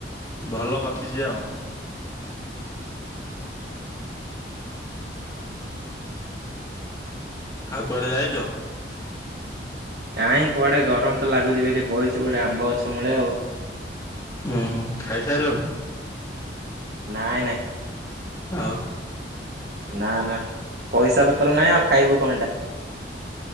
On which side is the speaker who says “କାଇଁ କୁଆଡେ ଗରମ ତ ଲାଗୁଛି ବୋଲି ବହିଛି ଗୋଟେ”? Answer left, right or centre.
Right